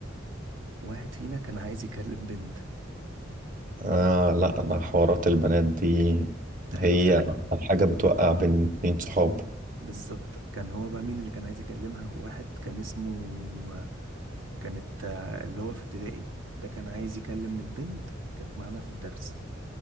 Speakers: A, on the right; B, on the right.
A: واحد فينا كان عايز يكلم بنت
B: آه لا ده حوارات البنات دي
A: <laughs> ايوه
B: هي
A: فعلا
B: أكتر حاجة بتوقع بين اتنين صحاب
A: بالظبط كان هو بقى مين اللي كان عايز يكلمها واحد كان اسمه كانت آه، اللي هو في ابتدائي ده كان عايز يكلم البنت كانت معانا في الدرس